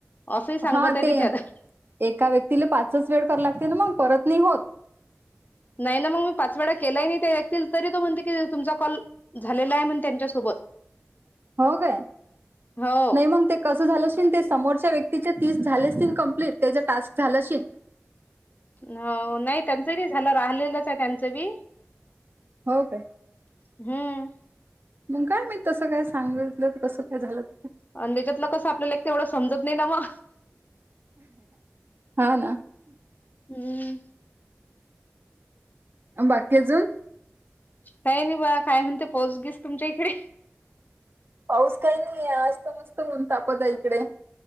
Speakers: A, on the left; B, on the right.
A: असंही सांगत
B: हा
A: आहे
B: ते
A: तिच्यात
B: एका व्यक्तीला पाचच वेळ करा लागते, ना मग परत नाही होतं.
A: नाही ना मग मी पाच वेळा केलाय नाही, ते व्यक्तील तरी तो म्हणते की तुमचा कॉल. झालेलं आहे म्हण त्यांच्यासोबत.
B: हो काय,
A: हो
B: मी म्हणते. कसं झालंश ते समोरच्या व्यक्तीच्या तीस झाले, अशील कंप्लीट त्याचा टास्क अशील.
A: हो नाही त्यांचं बी झालं, राहिलेलंच आहे त्यांचं बी.
B: हो काय
A: हम्म.
B: मंग काय माहित कसं, काय सांगितलं कसं काय झालं ते,
A: आणि त्याच्यातला कसं आपलेला तेवढं समजत नाही ना म.
B: हो ना.
A: हम्म.
B: बाकीचं.
A: काही नाही बा काय म्हणते, पाऊस घिस तुमच्या इकडे.
B: पाऊस काही नाहीये, आज तर ऊन मस्त तापत आहे इकडे.